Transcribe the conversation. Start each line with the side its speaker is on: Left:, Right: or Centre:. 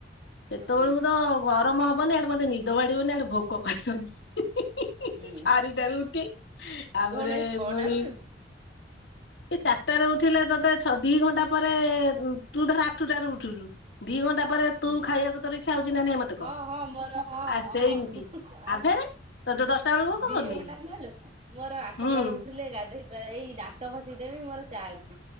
Left: ସେତେବେଳକୁ
Right: ହୁଁ
Left: ତ ଗରମ ହବ ମାନ ମୋତେ ନିଦ ବାଡିବନି ଆଡେ ଭୋକ କରିବନି <inaudible>
Right: ହୁଁ
Left: ଚାରିଟା ରୁଟି, ତାପରେ
Right: କଣ ଏଇ ଛଅଟା
Left: ପୁଣି,
Right: ବେଳୁ
Left: ସେ ଚା ଆଠଟାରେ ଉଠିଲେ, ତତେ ଛ ଦି ଘଣ୍ଟା ପରେ, ତୁ ଧର ଆଠଟାରେ ଉଠୁଛୁ, ଦି ଘଣ୍ଟା ପରେ ତୁ
Right: ହୁଁ
Left: ଖାଇବାକୁ ତର ଇଛା ହଉଛି, ନା ନାହିଁ, ମତେ
Right: ହଁ
Left: କହ।
Right: ହଁ ମୋର ହଁ,
Left: ଆ
Right: ହଁ
Left: ସେଇମିତି
Right: ଆଉ
Left: ଆ ଫେରେ ତୋତେ ଦଶଟା ବେଳକୁ ଭୋକ
Right: ଦିଇ
Left: କରୁନି
Right: ଘଣ୍ଟା
Left: କି?
Right: ନେଲୋ, ମୋର ଆଠଟାରେ
Left: ହୁଁ
Right: ଉଠିଲେ ଗାଧେଇ ଏଇ ଦାନ୍ତ ଘଷିଦେବି ମୋର ଚା ଅଛି।